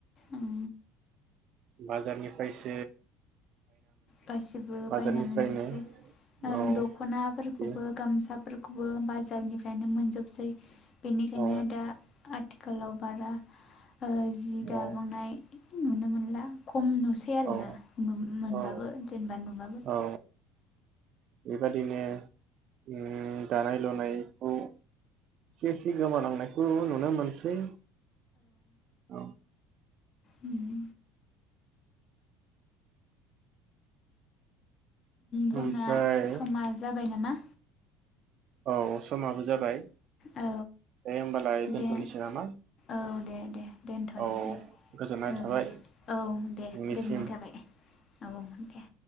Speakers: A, on the left; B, on the right.
A: ओं।
B: बाजारनिफाय सो
A: गासिबो
B: बाजारनिफ्रायनो
A: बायना मोनजोबसै ओ
B: औ
A: दख'नाफोरखौबो
B: बे
A: गामसाफोर खौबो बाजारनिफ्रायनो मोनजोबसै। बेनिखायनो
B: औ
A: दा आथिखालाव बारा ओ जि
B: औ
A: दाबांनाय नुनो मोनला। ख म नुसै
B: औ
A: आरोना। मो-मोनबाबो
B: औ
A: जेनेबा नुबाबो
B: औ बेबादिनो ओम दानाय लुनायखौ एसे एसे गोमालांनायखौ नुनो मोनसै। औ।
A: उम। जोंना
B: ओमफ्राय
A: समा जाबाय नामा?
B: औ समाबो जाबाय।
A: औ
B: दे होमबालाय दोनथ'नोसै
A: दे
B: नामा
A: औ दे दे दोनथ'नोसै
B: औ गोजोननाय
A: औ
B: थाबाय
A: दे औ दे
B: नोंनिसिम
A: गोजोननाय थाबाय औ दे।